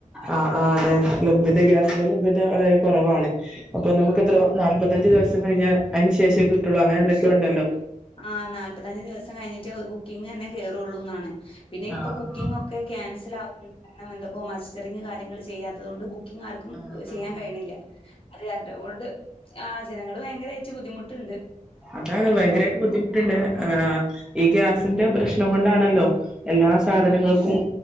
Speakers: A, in the centre; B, on the left.
A: ആഹ് ആഹ് അതെ ലഭ്യത ഗ്യാസിന്റെ ലഭ്യത വളരെ കുറവാണ്. അപ്പൊ നമുക്ക്ത്ര-
B: ആഹ്
A: നാൽപ്പത്തഞ്ച് ദിവസം കഴിഞ്ഞാ അയ്ന് ശേഷേ കിട്ടുള്ളൂ അങ്ങനെ എന്തൊക്കെയോ ഉണ്ടല്ലോ
B: ആഹ നാല്പ്പത്തഞ്ച് ദിവസം കഴിഞ്ഞിട്ടേ ബുക്കിംഗന്നെ കേറുള്ളൂ എന്നാണ്. പിന്നെ ഇപ്പൊ
A: ആഹ്
B: ബുക്കിംഗ
A: ആഹ്
B: ഒക്കെ - ഒക്കെ ക്യാൻസൽ ആഹ കാരണം എന്തൊക്കോ മസ്റ്ററിംഗ് കാര്യങ്ങൾ ചെയ്യാത്തത് കൊണ്ട്. ബുക്ക്- ക്കിങ് ആർക്കും
A: ആഹ്
B: ചെയ്യാൻ
A: ആഹ്
B: കഴിയണില്ല. അതെ അതുകൊണ്ട് ആഹ ജനങ്ങള് ഭയങ്കരയ്ട്ടു ബുദ്ധിമുട്ടുണ്ട്.
A: അതാണ്. ഭയങ്കരമായിട്ട്
B: ഇപ്പം
A: ബുദ്ധിമുട്ടുണ്ട്. ആഹ ഗ്യാസിന്റ പ്രശ്നം കൊണ്ടാണല്ലോ, എല്ലാ. സാധനങ്ങൾക്കും
B: ഉം ഉം.